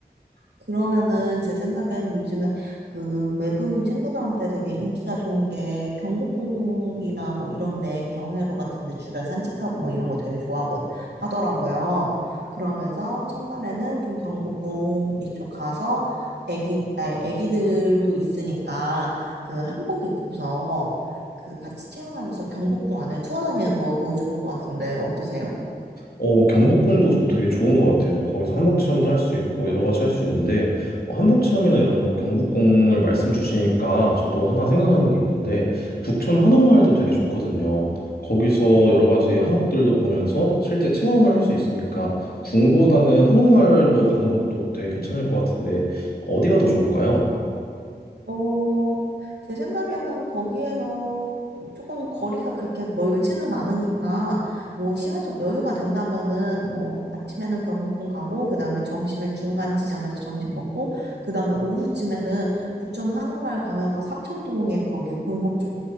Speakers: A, on the right; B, on the left.
A: 그러면은 제 생각에는 요즘에 그 외국인 친구들한테 되게 인기가 좋은 게 경복궁이나 뭐 이런데 경회로 같은데 주변 산책하고 뭐 이런 거 되게 좋아하고 하더라고요. 그러면서 첫날에는 좀 경복궁 이쪽 가서 애기 아 애기들도 있으니까 그 한복 입고서 그 같이 체험하면서 경복궁 안에 투어 다니는 거 그거 좋을 것 같은데 어떠세요?
B: 어, 경복궁도 저도 되게 좋은 것 같아요. 거기서 한복 체험도 할 수 있고 여러 가지 할 수 있는데 어, 한복 체험이나 이런 거 경복궁을 말씀 주시니까 저도 하나 생각나는 게 있는데 북촌 한옥마을도 되게 좋거든요. 거기서 여러 가지 한옥들도 보면서 실제 체험을 할 수 있으니까 궁보다는 한옥마을로 가는 것도 되게 괜찮을 것 같은데 어디가 더 좋을까요?
A: 어, 제 생각에는 거기에서 조금 거리가 그렇게 멀지는 않으니까, 뭐, 시간적 여유가 된다면은, 뭐, 아침에는 경복궁 가고, 그 다음에 점심에 중간 지점에서 점심 먹고, 그 다음에 오후쯤에는 북촌 한옥마을 가면서 삼청동에 거기 골목 쪽,